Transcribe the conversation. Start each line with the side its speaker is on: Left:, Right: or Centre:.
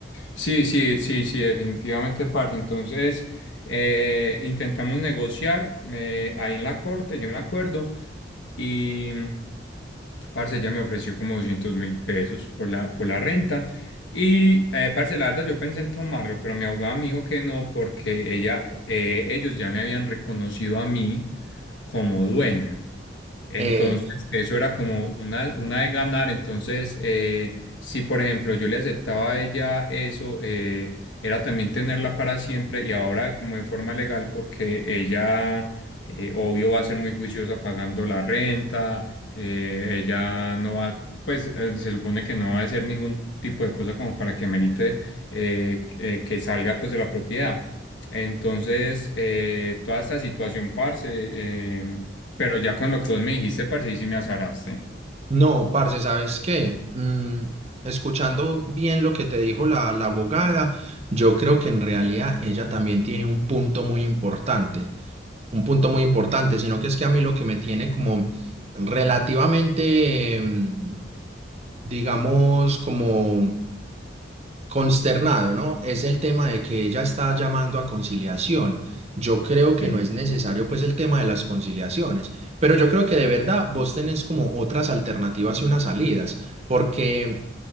Left: Sí, sí, sí, sí, definitivamente, parce, entonces eh, intentamos negociar eh, ahí en la corte, yo me acuerdo, y parce, ella me ofreció como doscientos mil pesos por la, por la renta. Y, eh, parce, la verdad, yo pensé en tomarlo, pero mi abogada me dijo que no, porque ella, eh, ellos ya me habían reconocido a mí como dueño. Entonces,
Right: Eh,
Left: eso era como una, una de ganar. Entonces, eh, si por ejemplo yo le aceptaba a ella eso, eh, era también tenerla para siempre y ahora como de forma legal, porque ella, eh, obvio, va a ser muy juiciosa pagando la renta, eh, ella no va, pues eh, se supone que no va a hacer ningún tipo de cosa como para que merite eh, eh, que salga pues de la propiedad. Entonces, eh, toda esta situación, parce, em, pero ya con lo que vos me dijiste, parce, y sí me azaraste.
Right: no, parce, ¿sabes qué? Mm, escuchando bien lo que te dijo la, la abogada, yo creo que en realidad ella también tiene un punto muy importante, un punto muy importante, sino que es que a mí lo que me tiene como relativamente, em, digamos, como consternado, ¿no? Es el tema de que ella está llamando a conciliación. Yo creo que
Left: Sí.
Right: no es necesario pues el tema de las conciliaciones, pero yo creo que de verdad vos tenés como otras alternativas y unas salidas, porque